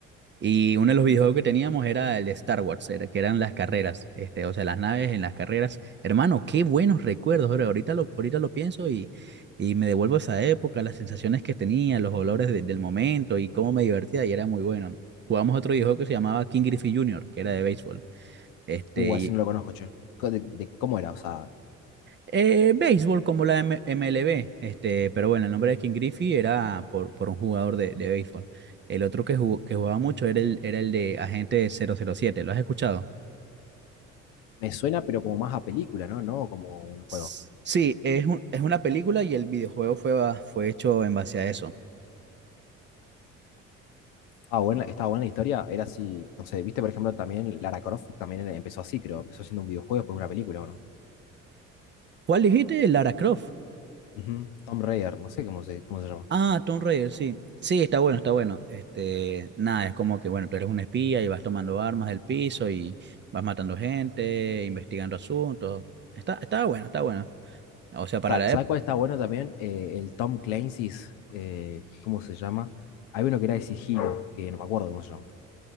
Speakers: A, on the right (about 30°); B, on the left (about 60°).
A: Y uno de los videojuegos que teníamos era el de Star Wars, era, que eran las carreras, este, o sea, las naves en las carreras. Hermano, qué buenos recuerdos, bro. Ahorita lo, ahorita lo pienso y, y me devuelvo a esa época, las sensaciones que tenía, los olores de- del momento y cómo me divertía y era muy bueno. Jugamos otro videojuego que se llamaba King Griffey Jr., que era de béisbol. Este,
B: Uh,
A: y,
B: ese no lo conozco, che. Co- De, de cómo era? O sea,
A: eh, béisbol como la M- MLB, este, pero bueno, el nombre de King Griffey era por, por un jugador de, de béisbol. El otro que, jugó- que jugaba mucho era el, era el de Agente 007, ¿lo has escuchado?
B: me suena, pero como más a película, ¿no? No como un juego.
A: S- Sí, es un- es una película y el videojuego fue, ba- fue hecho en base a eso.
B: Ah, buena, estaba buena la historia, era así, no sé, viste, por ejemplo, también Lara Croft también era- empezó así, creo. Empezó siendo un videojuego, después una película, ¿o no?
A: ¿Cuál dijiste? Lara Croft.
B: Ujú. Tomb Raider, no sé cómo se, cómo se llama.
A: Ah, Tomb Raider, sí. Sí, está bueno, está bueno. Este, nada, es como que, bueno, tú eres un espía y vas tomando armas del piso y vas matando gente, investigando asuntos. Está, está bueno, está bueno. O sea,
B: Sa-
A: para la
B: ¿Sabes
A: ep-
B: cuál está bueno también? Eh, el Tom Clancy's, eh, ¿cómo se llama? Hay uno que era de sigilo, que no me acuerdo cómo se llama.